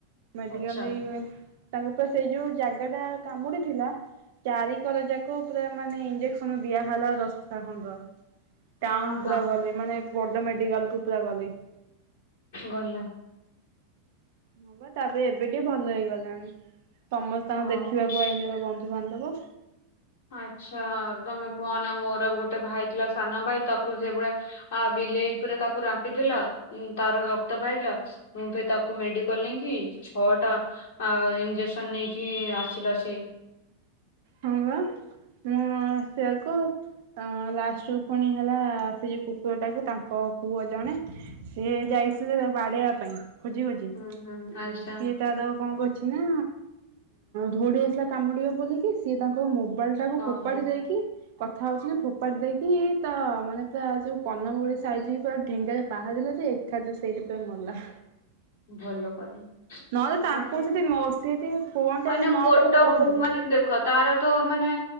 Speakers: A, on the right; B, on the left.
A: ମେଡିକାଲ
B: ଆଚ୍ଛା
A: ନେଇ ତାଙ୍କ ପୁ ସେଇ ଯୋଉ ଜାଗା ଟା କାମୁଡିଥିଲା ଚାରିିକର ଯାକ ପୁରା ମାନେ ଇଞ୍ଜେକ୍ସନ ଦିଆହେଲା ଦଶଟା ଖଣ୍ଡ ର। ଟାଉନ
B: ହଁ ହଁ
A: ପୁରା ଗଲେ ମାନେ ବଡ ମେଡିକାଲ କୁ ପୁରା ଗଲେ।
B: ଗଲା
A: ହଁ ବା ତାପରେ ଏବେ ଟିକେ ଭଲ ହେଇଗଲାଣି। ସମସ୍ତେ ତାଙ୍କୁ
B: ହଁ
A: ଦେଖିବାକୁ
B: ହଁ।
A: ଆଇଲେ ବା ବନ୍ଧୁବାନ୍ଧବ।
B: ଆଚ୍ଛା ତମେ କୁହ ନା ମୋର ଗୋଟେ ଭାଇ ଥିଲା ସାନ ଭାଇ ତ ତାକୁ ସେଇଭଳିଆ ଆ ବିଲେଇ ପୁରା ତାକୁ ରାମ୍ପିଦେଲା ଉ ତାର ରକ୍ତ ବାହାରିଲା। ମୁଁ ଫେର ତାକୁ ମେଡିକାଲ ନେଇକି ଛଅଟା ଆ ଇଞ୍ଜେକ୍ସନ ନେଇକି ଆସିଲା ସେ।
A: ହଁ ବା ମୁଁ ଆସିବାକୁ ଅଁ ଲାଷ୍ଟ ରୁ ପୁଣି ହେଲା ସେଇ ଯୋଉ କୁକୁରଟାକୁ ତାଙ୍କ ପୁଅ ଜଣେ ସିଏ ଯାଇଥିଲେ ତାକୁ ବାଡ଼େଇବା ପାଇଁ ଖୋଜି ଖୋଜି ଉଁ
B: ହୁଁ ହୁଁ ଆଚ୍ଛା
A: ସିଏ ତାର କଣ କରିଛି ନା ଧୋଉଡ଼ି ଆସିଲା କାମୁଡି଼ବ ବୋଲିକି ସିଏ ତାଙ୍କର ମୋବାଇଲ ଟାକୁ
B: ଓହୋ
A: ଫୋପାଡ଼ି ଦେଇକି। କଥା ହଉଛି ନା ଫୋପାଡ଼ି ଦେଇକି ତା ମାନେ ପୁରା ଯୋଉ କର୍ଣ୍ଣମୂଳି ସାଇଜିକି ପୁରା ଢେଙ୍ଗା ପାହାରେ ଦେଲେ ଯେ ଏ କାଥରେ ସେଇଠି ପୁରା ମଲା।
B: ଭଲ କଲେ।
A: ନହେଲେ ତାଙ୍କୁ
B: <inaudible>
A: ସେଠି ସେ ଯଦି ଫୋନ୍ଟା
B: ମନା
A: ଯଦି ନ
B: ଗୋଟ
A: ଫୋପାଡ଼ିଥାନ୍ତେ
B: ଗୁଁ ମାନେ ଦେଖ ତାର ତ ମାନେ